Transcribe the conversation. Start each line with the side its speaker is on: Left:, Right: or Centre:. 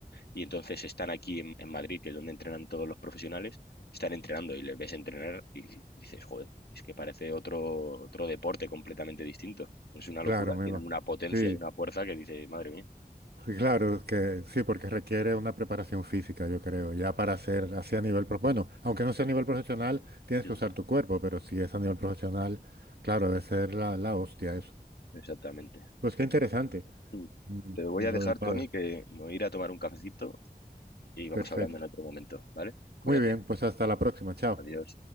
Left: y entonces están aquí en, en Madrid, que es donde entrenan todos los profesionales, están entrenando y les ves entrenar y dices, joder, es que parece otro, otro deporte completamente distinto. Es una locura,
Right: claro, mima.
Left: tienen una potencia
Right: sí
Left: y una fuerza que dice, madre mía.
Right: Sí, Claro, que sí, porque requiere una preparación física, yo creo, ya para hacer así a nivel, pro- bueno, aunque no sea a nivel profesional, tienes
Left: Sí,
Right: que usar tu cuerpo, pero si es a nivel profesional, claro, debe ser la, la hostia eso.
Left: exactamente.
Right: Pues qué interesante,
Left: Mm.
Right: mm,
Left: Te voy a
Right: lo
Left: dejar,
Right: del padre.
Left: Tony, que me voy a ir a tomar un cafecito y vamos
Right: Perfecto.
Left: hablando en otro momento, ¿vale? Cuídate.
Right: Muy bien, pues hasta la próxima, chao.
Left: Adiós.